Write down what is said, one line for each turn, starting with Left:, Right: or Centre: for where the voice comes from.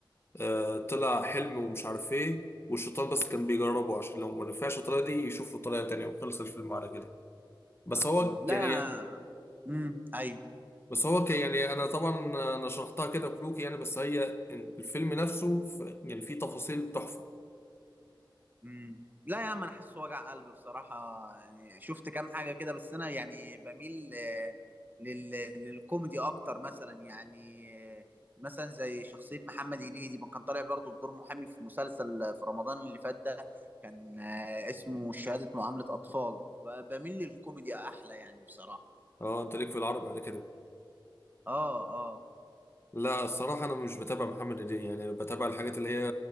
Left: آه، طلع حلم ومش عارف إيه والشيطان بس كان بيجربه عشان لو ما نفعش الطريقة دي يشوف له طريقة تانية وخلص الفيلم على كده بس هو
Right: لا
Left: يعني
Right: امم ايوه
Left: بس هو ك- يعني انا طبعا انا شرحتها كده كروكي يعني بس هي الفيلم نفسه ف- يعني فيه تفاصيل تحفه
Right: مم. لا يا عم انا حاسه وجع قلب بصراحه يعني شفت كام حاجه كده بس انا يعني بميل آه، لل... للكوميدي اكتر مثلا يعني آه، مثلا زي شخصيه محمد هنيدي ما كان طالع برضه بدور محامي في مسلسل آه، في رمضان اللي فات ده كان آه، اسمه شهاده معامله اطفال ب- بميل للكوميدي احلى يعني بصراحه
Left: اه انت ليك في العربي على كده
Right: اه اه
Left: لا الصراحه انا مش بتابع محمد هدية يعني بتابع الحاجات اللي هي